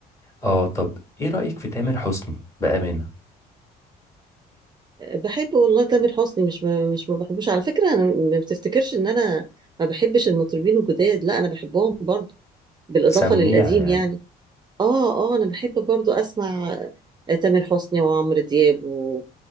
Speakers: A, on the left; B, on the right.
A: اه طب ايه رايك في تامر حسني بامانه
B: آه، بحب والله تامر حسني مش ما مش ما بحبوش على فكرة أنا ما بتفتكرش إن أنا ما بحبش المطربين الجداد لا أنا بحبهم برضه بالإضافة
A: سميع
B: للقديم
A: يعني
B: يعني اه اه انا بحب برضو اسمع تامر حسني وعمرو دياب و...